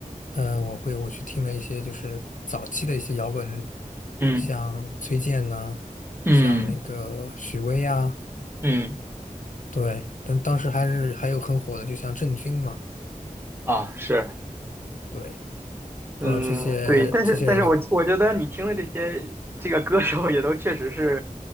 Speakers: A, on the left (about 65°); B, on the right (about 15°).
A: 呃，我会我去听了一些就是早期的一些摇滚，
B: 嗯
A: 像崔健呐、
B: 嗯嗯
A: 像那个许巍呀，
B: 嗯
A: 对，但当时还是还有很火的，就像郑钧嘛。
B: 啊，是
A: 对，不知道这些这些人的，
B: 嗯，对，但是但是我我觉得你听的这些这个歌手也都确实是，